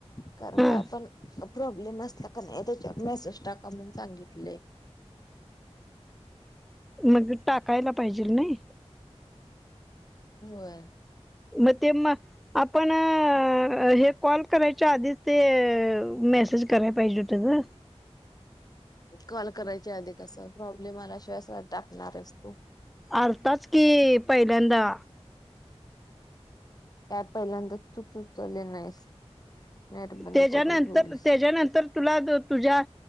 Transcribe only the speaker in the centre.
हा
मग टाकायला पाहिजेल नाही.
म ते म आपण हे कॉल करायच्या आधीच ते मेसेज करायला पाहिजे होते ग.
आलताच की पहिल्यांदा.
त्याच्यानंतर
त्याच्यानंतर तुला तुझ्या